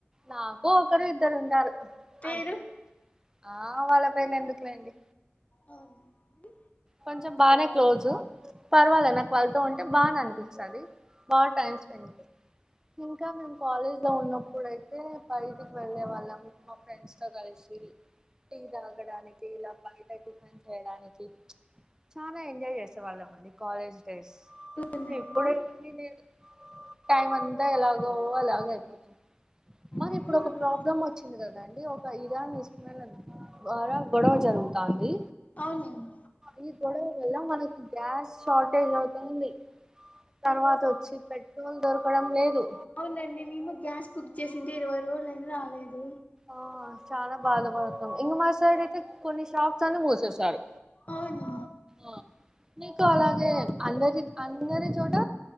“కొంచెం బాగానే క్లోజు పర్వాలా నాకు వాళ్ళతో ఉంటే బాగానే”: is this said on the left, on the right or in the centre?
Right